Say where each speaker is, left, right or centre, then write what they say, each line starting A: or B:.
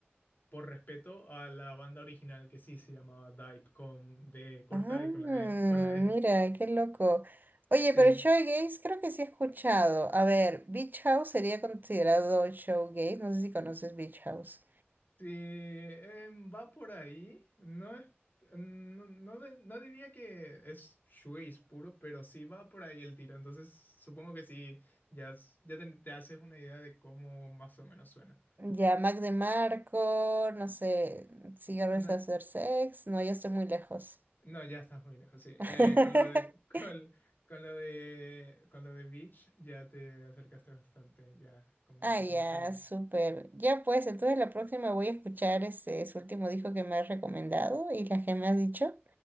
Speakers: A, on the left; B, on the right.
A: por respeto a la banda original que sí se llamaba DIPE, con B corta
B: Ah,
A: y con la E, con la E.
B: mira, qué loco. Oye,
A: Sí.
B: pero showgaze creo que sí he escuchado. A ver, Beach House sería considerado showgaze. No sé si conoces Beach House.
A: Sí, em, va por ahí. No es, no, no de- no diría que es shoegaze puro, pero sí va por ahí el tiro. Entonces, supongo que sí, ya, s- ya te, te haces una idea de cómo más o menos suena.
B: Ya, Mac DeMarco, no sé, cigarros
A: No,
B: a hacer sex. No, ya estoy muy lejos.
A: no, ya estás muy lejos, sí. Eh,
B: <laughs>
A: con lo de, <laughs> con, con lo de, con lo de Beach ya te acercaste bastante, ya como
B: Ah,
A: un poco
B: ya,
A: más caliente.
B: súper. Ya pues, entonces la próxima voy a escuchar este, su último disco que me has recomendado y las que me has dicho